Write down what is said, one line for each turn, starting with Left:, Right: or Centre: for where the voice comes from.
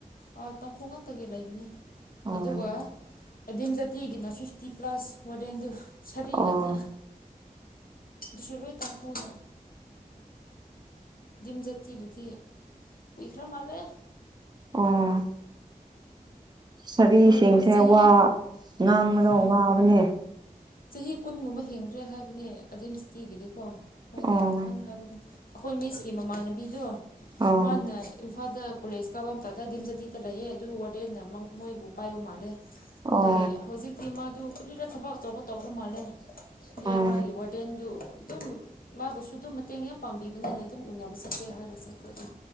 Left: ꯑꯣ ꯇꯥꯡꯈꯨꯜ ꯉꯥꯛꯇꯒꯤ ꯂꯩꯕꯅꯤ
Right: ꯑꯣ
Left: ꯑꯗꯨꯒ ꯑꯗꯤꯝ ꯖꯥꯇꯤꯒꯤꯅ ꯐꯤꯐꯇꯤ ꯄ꯭ꯂꯁ ꯋꯥꯔꯗꯦꯟꯗꯨ ꯁꯔꯤ
Right: ꯑꯣ
Left: ꯉꯥꯛꯇ ꯑꯗꯨꯁꯨ ꯂꯣꯏ ꯇꯥꯡꯈꯨꯜ ꯗꯤꯝ ꯖꯥꯇꯤꯕꯨꯗꯤ ꯀꯨꯏꯈ꯭ꯔꯥ ꯃꯥꯜꯂꯦ
Right: ꯑꯣ ꯁꯕꯤ
Left: ꯃꯥꯗꯨ
Right: ꯁꯤꯡꯁꯦ
Left: ꯆꯍꯤ
Right: ꯋꯥ ꯉꯥꯡꯕꯗ
Left: ꯑꯥ
Right: ꯋꯥꯕꯅꯦ
Left: ꯆꯍꯤ ꯀꯨꯟꯒꯨꯝꯕ ꯍꯦꯟꯈ꯭ꯔꯦ ꯍꯥꯏꯕꯅꯦ ꯑꯗꯤꯝ ꯖꯥꯇꯤ ꯒꯤꯗꯤꯀꯣ ꯃꯣꯏꯅ
Right: ꯑꯣ
Left: ꯅꯍꯥꯟ ꯍꯥꯏꯕꯗꯣ ꯑꯩꯈꯣꯏ ꯃꯤꯁꯀꯤ ꯃꯃꯥꯟꯅꯕꯤꯗꯣ
Right: ꯑꯣ
Left: ꯃꯥꯅ ꯏꯝꯐꯥꯜꯗ ꯀꯣꯂꯦꯖ ꯀꯥꯕ ꯃꯇꯝꯇꯗ ꯑꯦꯗꯤꯝ ꯖꯥꯇꯤꯗ ꯂꯩꯑꯦ ꯑꯗꯨ ꯋꯥꯔꯗꯦꯟꯅ ꯃꯣꯏꯕꯨ ꯄꯥꯏꯕ ꯃꯥꯜꯂꯦ
Right: ꯑꯣ
Left: ꯑꯗꯨꯒꯤ ꯍꯧꯖꯤꯛꯇꯤ ꯃꯥꯗꯨ ꯀꯔꯤꯔꯥ ꯊꯕꯛ ꯑꯆꯧꯕ ꯇꯧꯈ꯭ꯔ ꯃꯥꯜꯂꯦ ꯑꯗꯨꯏ
Right: ꯑꯣ
Left: ꯃꯥꯒꯤ ꯋꯥꯔꯗꯦꯟꯗꯨ ꯑꯗꯨꯝ ꯃꯥꯕꯨꯁꯨ ꯑꯗꯨꯝ ꯃꯇꯦꯡ ꯌꯥꯝ ꯄꯥꯡꯕꯤꯕꯅꯤꯅ ꯑꯗꯨꯝ ꯎꯅꯕ ꯆꯠꯀꯦ ꯍꯥꯏꯔꯒ ꯆꯠꯄ ꯑꯗꯨ